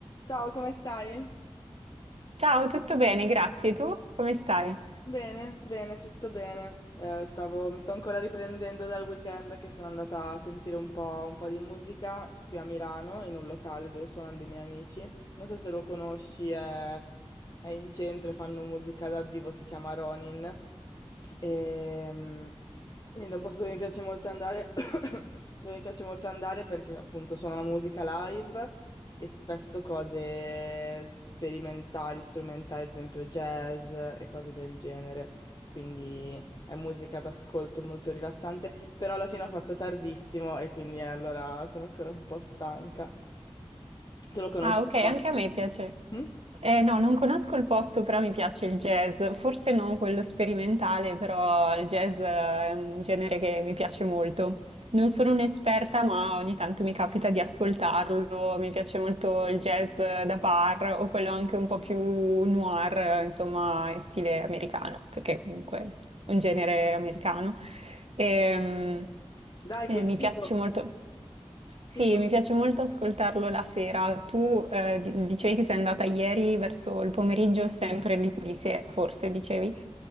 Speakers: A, on the left; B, on the right.
A: Ciao, come stai?
B: Ciao, tutto bene, grazie. Tu come stai?
A: Bene, bene, tutto bene. Eh, stavo, mi sto ancora riprendendo dal weekend che sono andata a sentire un po', un po' di musica qui a Milano, in un locale dove suonano dei miei amici. Non so se lo conosci, è, è in centro e fanno musica dal vivo, si chiama Ronin. E, quindi da un posto dove mi piace molto andare, <coughs> dove mi piace molto andare perché appunto suona la musica live e spesso cose sperimentali, strumentali, ad esempio jazz e cose del genere. Quindi è musica d'ascolto molto rilassante, però alla fine ho fatto tardissimo e quindi eh, allora sono ancora un po' stanca. Tu lo conosci
B: Ah, ok,
A: il
B: anche
A: posto?
B: a me piace.
A: Mm?
B: Eh, no, non conosco il posto, però mi piace il jazz. Forse non quello sperimentale, però il jazz eh, è un genere che mi piace molto. Non sono un'esperta, ma ogni tanto mi capita di ascoltarlo. Mi piace molto il jazz eh, da bar o quello anche un po' più noir, eh, insomma, in stile americano, perché comunque è un genere americano. E,
A: Dai,
B: e
A: che figo!
B: mi piace molto. Sì,
A: Figo.
B: mi piace molto ascoltarlo la sera. Tu eh, di- dicevi che sei andata ieri verso il pomeriggio, sempre di, di sera, forse dicevi.